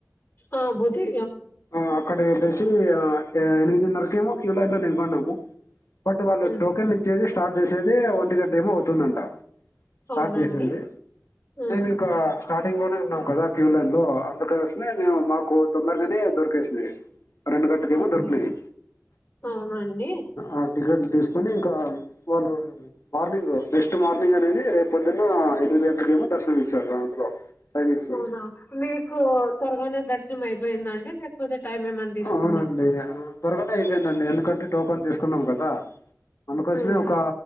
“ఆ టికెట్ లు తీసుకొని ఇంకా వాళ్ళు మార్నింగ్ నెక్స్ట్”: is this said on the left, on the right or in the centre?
Left